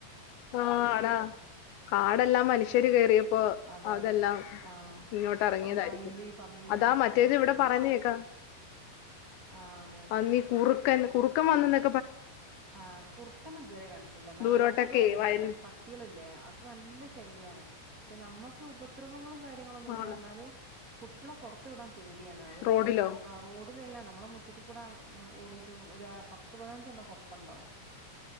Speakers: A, on the left; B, on the right.
A: ആ ആ കാടെല്ലാം മനുഷ്യന് <unintelligible> ഇപ്പോ
B: അതെ
A: അതെല്ലാം
B: അതെ ആ
A: ഇങ്ങോട്ട് ഇറങ്ങിയതായിരിക്കും
B: ഇപ്പൊ മയില് പന്നി
A: അതാ
B: ഒക്കെ
A: മറ്റേത്
B: ഇപ്പൊ
A: ഇവിടെ പറഞ്ഞ് കേക്കാം
B: ആ അതെ അതെ
A: പന്നി കുറുക് ക്കൻ കുറക്കൻ വന്നെന്ന്
B: ആ കുറുക്കനെ ഇതുവരെ കണ്ടിട്ടില്ല നായ്ക്കള്
A: ദൂരോട്ടൊക്കെ
B: പ്പം അതേപോലെ
A: വയൽ
B: പട്ടികളില്ലേ അത് നല്ല ശല്യാണ് പക്ഷെ നമ്മക്ക് ഉപദ്രവങ്ങളും കാര്യ കാര്യങ്ങളൊന്നൂല്യ
A: ആണ്
B: എന്നാലും കുട്ടിളെ പുറത്തു വിടാം പേടിയാണ് അവര്
A: റോഡിലോ
B: ആ റോഡിലെല്ലാം നമ്മുടെ മുറ്റത്തുകുടെ ഓടി <unintelligible> പത്ത് പതിനഞ്ച് എണ്ണം ഒപ്പൊണ്ടാവും